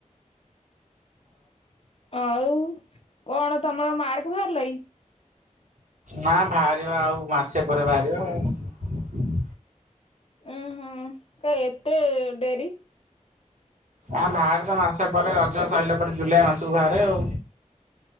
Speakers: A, on the left; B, on the right.
A: ଆଉ କଣ ତମର ମାର୍କ୍ ଭାର୍ ପାଇଁ।
B: ନା ବାହାରିବ ଆଉ ମାସେ ପରେ ବାହାରିବ ଆ
A: ଉଁ ହୁଁ କ ଏତେ ଡେରି
B: ଆ ବାହାରେ ତ ମାସ ପରେ ରଜ ସରିଲା ପରେ ଜୁଲାଇ ମାସକୁ ବାହାରେ ଆଉ।